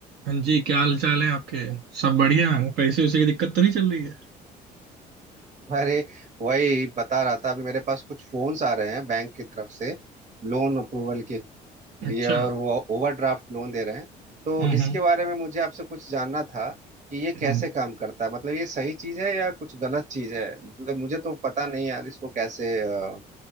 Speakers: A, on the right; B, on the right.
A: हाँ जी क्या हाल चाल है आपके सब बढ़िया पैसे वैसे की दिक्कत तो नहीं चल रही है
B: अरे वही बता रहा था अभी मेरे पास कुछ फोन्स आ रहे हैं बैंक की तरफ से लोन अप्रूवल के लिए
A: अच्छा
B: और वो ओवरड्राफ्ट लोन दे रहे हैं तो
A: हम्म
B: इसके
A: हम्म
B: बारे में मुझे आपसे कुछ जानना था कि ये कैसे
A: हम्म।
B: काम करता है मतलब ये सही चीज है या कुछ गलत चीज है मतलब मुझे तो पता नहीं यार इसको कैसे अ,